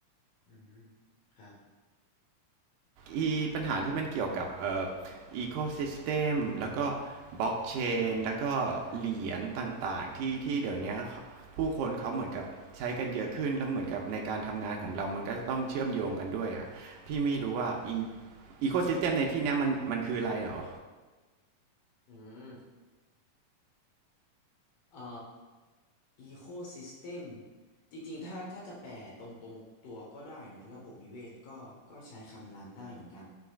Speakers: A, on the left; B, on the right.
A: อืม ครับ
B: อีปัญหาที่มันเกี่ยวกับเอ่ออีโคซิสเต็มแล้วก็บล็อกเชนแล้วก็เหรียญต่างๆที่ที่เดี๋ยวเนี้ยผู้คนเขาเหมือนกับใช้กันเยอะขึ้นแล้วเหมือนกับในการทำงานของเรามันก็ต้องเชื่อมโยงกันด้วยอ่ะพี่ไม่รู้ว่าอีโคซิสเต็มในที่เนี้ยมันมันคืออะไรหรอ
A: อืม เอ่อ ecosystem จริงๆ ถ้าถ้าจะแปลตรงๆตัวก็ได้นะ ระบบนิเวศก็ก็ใช้คำนั้นได้เหมือนกัน